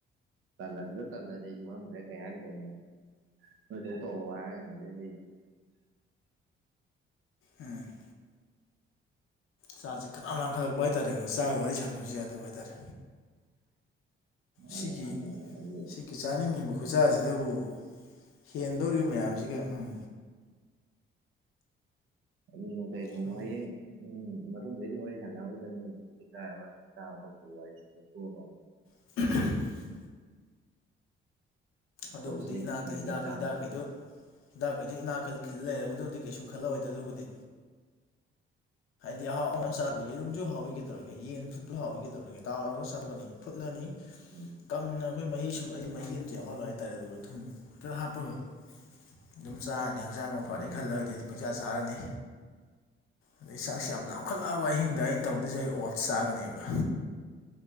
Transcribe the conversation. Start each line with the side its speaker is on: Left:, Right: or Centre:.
Right: ꯇꯜꯂꯗꯨ ꯇꯜꯂꯗꯤ ꯑꯩꯖꯨ ꯈꯪꯗ꯭ꯔꯦ ꯀꯩ ꯍꯥꯏꯒꯗꯧꯅ‌ꯣ ꯅ‌ꯣꯏꯇꯧ ꯇꯧꯔ‌ꯣ ꯍꯥꯏꯔꯅꯤ ꯑꯗꯩꯗꯤ ꯂꯩ
Left: ꯎꯝ ꯆꯥꯁꯦ ꯈꯅꯥꯝ ꯂꯥꯡꯈꯠꯂꯛꯄ ꯍꯥꯏꯇꯥꯔꯦꯀꯣ ꯆꯥꯒ ꯋꯥꯔꯤ ꯁꯥꯟꯅꯕꯁꯨ ꯌꯥꯗꯕ ꯍꯥꯏꯇꯥꯔꯦ ꯁꯤꯒꯤ
Right: ꯑꯩ ꯃꯥꯅꯤ ꯃꯥꯅꯤ ꯑꯩꯒꯤ
Left: ꯁꯤꯒꯤ ꯆꯥꯅꯤꯡꯉꯤꯕ ꯈꯨꯠꯁꯥ ꯑꯁꯤꯗ ꯑꯗꯨꯕꯨ ꯍꯦꯟꯗꯧꯔꯤꯕ ꯃꯌꯥꯝꯁꯤꯒ ꯎꯝ
Right: ꯑꯗꯨꯅ ꯀꯥꯏꯒꯨꯝꯕ
Left: ꯁꯣꯏꯗꯦ
Right: ꯍꯌꯦꯡ ꯎꯝ ꯃꯇꯨꯡꯗꯩꯗꯤ ꯋꯥꯔꯤ ꯁꯥꯟꯅꯔꯣꯏꯗꯕꯅꯤ <unintelligible> ꯆꯥꯕ ꯇꯛꯄꯩ ꯋꯥꯔꯤꯁꯦ ꯇꯣꯛꯊꯣꯛ ꯑꯀꯣ
Left: <unintelligible> ꯑꯗꯨꯕꯨꯗꯤ
Right: ꯇꯧꯁꯤ
Left: ꯏꯅꯥꯛꯇꯤ
Right: ꯍꯥꯏꯗꯤ
Left: ꯍꯤꯗꯥꯛ
Right: ꯆꯥꯕ
Left: ꯍꯤꯗꯥꯛꯈꯩꯗꯨ
Right: ꯊꯛ
Left: ꯍꯤꯗꯥꯛ ꯀꯩꯗꯩ ꯏꯅꯥꯛꯀꯜ ꯈꯤꯜ ꯂꯩꯔꯕꯗꯨꯗꯤ ꯀꯩꯁꯨꯝ ꯈꯜꯂꯑꯣꯏꯗꯦ ꯑꯗꯨꯕꯨꯗꯤ ꯍꯥꯏꯗꯤ ꯑꯍꯥꯎ ꯑꯍꯥꯎꯁꯨꯝ <unintelligible> ꯆꯥꯕꯩ ꯗꯨꯝꯁꯨ ꯍꯥꯎꯋꯤ ꯀꯩꯗꯧꯔ <unintelligible> ꯑ ꯌꯦꯟ ꯐꯨꯠꯄ ꯍꯥꯎꯋꯤ ꯀꯩꯗꯧꯔ ꯇꯥꯎꯔꯒ ꯆꯥꯊ‌ꯣꯛꯑꯅꯤ ꯐꯨꯠꯂꯅꯤ
Right: ꯎꯝ
Left: ꯀꯪꯅ ꯑꯩꯈꯣꯏ ꯃꯍꯤ ꯁꯨꯝ ꯑꯩ ꯃꯍꯤ ꯑꯝꯇ ꯌꯥꯎꯍꯜꯂ‌ꯣꯏ ꯍꯥꯏꯇꯥꯔꯦ ꯑꯗꯨꯒ ꯊꯨꯝ ꯈꯤꯇ ꯍꯥꯞꯄꯒ ꯑꯗꯨꯝ ꯆꯥꯔꯅꯤ ꯍꯛꯆꯥꯡꯕꯨ ꯐꯅꯤ
Right: ꯎꯝ
Left: ꯈꯜꯂꯗꯤ ꯑꯩꯗꯤ ꯄꯪꯆꯥ ꯆꯥꯔꯅꯤ ꯑꯗꯩ ꯆꯥꯛꯁꯤ ꯌꯥꯝ ꯌꯥꯝꯈꯠꯂꯛꯑꯕ ꯑꯍꯤꯡꯗ ꯑꯩꯅ ꯇꯧꯗꯣꯏꯁꯦ ꯑꯩ ꯑꯣꯠꯁ ꯆꯥꯒꯅꯦꯕ